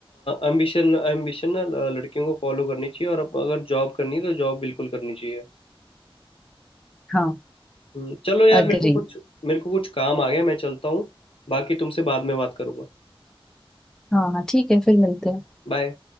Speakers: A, on the left; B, in the centre.
A: एम्बिशन एम्बिशन ना अ, लड़कियों को फॉलो करनी चाहिए और अब अगर जॉब करनी है तो जॉब बिल्कुल करनी चाहिए
B: हाँ
A: हम्म, चलो यार
B: अग्री
A: मेरे को कुछ मेरे को कुछ काम आ गया मैं चलता हूँ बाकी तुमसे बाद में बात करूंगा
B: हाँ हाँ ठीक है फिर मिलते हैं
A: बाय